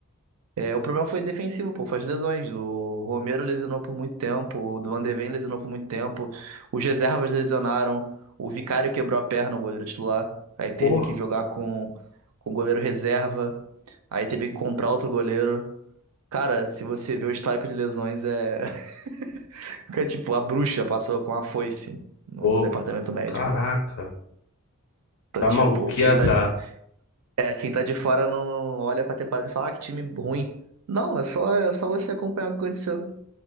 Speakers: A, on the right; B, on the left.
A: É, o problema foi defensivo, pô, foi as lesões. O Romero lesionou por muito tempo, o Van de Ven lesionou por muito tempo, os reservas lesionaram, o Vicário quebrou a perna, o goleiro titular. Aí teve
B: Pô,
A: que jogar com, com o goleiro reserva, aí teve que comprar outro goleiro. Cara, se você vê o histórico de lesões, é. <laughs> é tipo, a bruxa passou com a foice no
B: pô,
A: departamento médico.
B: caraca.
A: Então,
B: Tá
A: tipo,
B: maluco, que
A: quem
B: azar.
A: tá de, é, quem tá de fora não olha pra temporada e fala, ah, que time ruim. Não, é só, é só você acompanhar o que aconteceu.